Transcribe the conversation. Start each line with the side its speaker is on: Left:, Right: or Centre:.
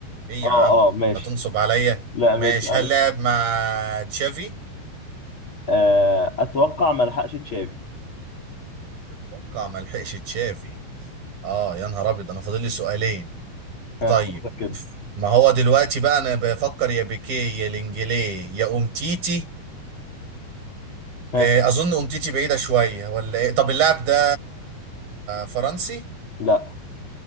Right: ايه يا
Left: اه
Right: عم
Left: اه ماشي
Right: هتنصب عليا
Left: لا
Right: ماشي
Left: ماشي معلش
Right: هل لعب مع تشافي
Left: آه اتوقع ما لحقش تشافي
Right: اتوقع ما لحقش تشافي اه يا نهار ابيض انا فاضل لي سؤالين
Left: ها
Right: طيب
Left: فكر كده
Right: ما هو دلوقتي بقى انا بفكر يا بيكيه يا لينجلي يا امتيتي
Left: ها
Right: آه، اظن امتيتي بعيدة شوية ولا ايه طب اللاعب ده فرنسي
Left: لا